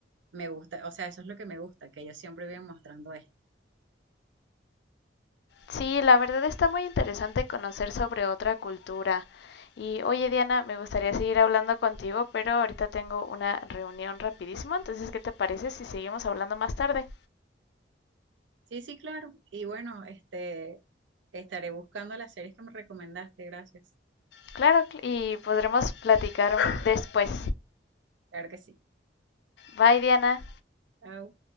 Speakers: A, on the right; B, on the left.
A: me gusta, o sea, eso es lo que me gusta, que ellos siempre viven mostrando esto.
B: Sí, la verdad está muy interesante conocer sobre otra cultura. Y oye Diana, me gustaría seguir hablando contigo, pero ahorita tengo una reunión rapidísimo, entonces ¿qué te parece si seguimos hablando más tarde?
A: Sí, sí, claro. Y bueno, este, estaré buscando las series que me recomendaste. Gracias.
B: Claro, cl- y podremos platicar después.
A: Claro que sí.
B: Bye Diana.
A: Chao.